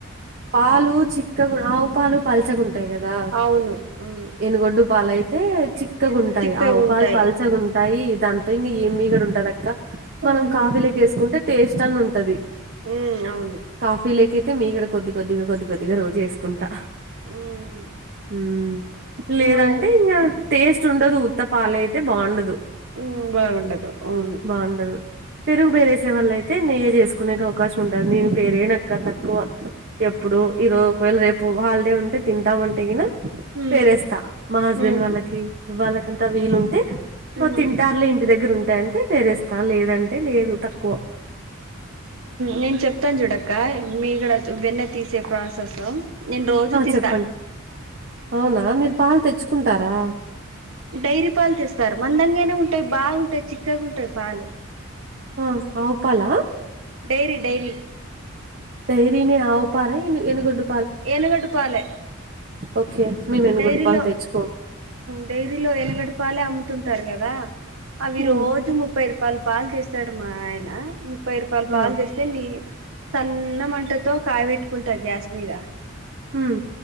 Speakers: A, on the right; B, on the right.
A: పాలు చిక్క ఆవు పాలు పల్చగా ఉంటాయి కదా
B: అవును అవును
A: ఎనుగొడ్డు పాలుయి అయితే చిక్కగా ఉంటాయి
B: చిక్కగా
A: ఆవు
B: ఉంటాయి
A: పాలు పల్సగా ఉంటాయి దాంతో ఇంకా ఏమి మీగడ ఉంటది అక్క
B: అవును
A: మనం కాఫీలక వేసుకుంటే టేస్ట్ అని ఉంటది
B: ఉమ్ అవును
A: కాఫీ లేక అయితే మీడ కొద్ది కొద్దిగా కొద్ది కొద్దిగా రోజు వేసుకుంటా
B: ఉమ్
A: మ్ లేదంటే
B: మాయ్
A: ఇంకా టేస్ట్ ఉండదు ఉత్తపాలు అయితే బాగుండదు
B: మ్ బాగుండదు ఆవును
A: అండా పెరుగు పేరేసేవాళ్ళయితే నెయ్యే చేసుకునేకు అవకాశం ఉండదు నేను పేరేనక్క తక్కువ ఎప్పుడు
B: ఉమ్
A: ఈరోజు ఒకవేళ రేపు హాలిడే ఉంటే తింటాం అంటే ఈన
B: ఉమ్
A: పేరేస్తా మా హస్బెండ్
B: ఉమ్
A: వాళ్ళకి వాళ్ళకంతా వీలుంటే
B: ఉమ్
A: తింటారులే ఇంటి దగ్గర ఉంటాయి అంటే పేరేస్త తను లేదంటే లేదు తక్కువ
B: నేను చెప్తాను చూడక్క మీగడ వెన్నె తీసే ప్రాసెస్ నేను రోజు
A: ఆ
B: తీస్తా
A: చెప్పండి అవునా మీరు పాలు తెచ్చుకుంటారా
B: డైరీ పాలు తేస్తారు మందంగానే ఉంటాయి బాగుంటాయి చిక్కగా ఉంటాయి పాలు
A: ఆ ఆవు పాలా
B: డైరీ డైరీ
A: డైరీనే ఆవుపార ఏనిగోడు
B: ఏనుగోడు పాలే
A: ఓకే మేము ఏనుగోడ
B: డైరీలో
A: పాలు తేజ్కోం
B: డైరీలో ఎనగడు పాలే అమ్ముతుంటారు కదా అవి
A: ఉమ్,
B: రోజు ముప్పై రూపా ముప్పైరూపాలు పాలు చేస్తాడు మా ఆయన ముప్పై రూపాయలు
A: ఆ
B: పాలు చేస్తే నీ సన్న మంటతో కాయబెట్టుకుంట గ్యాస్ మీద
A: మ్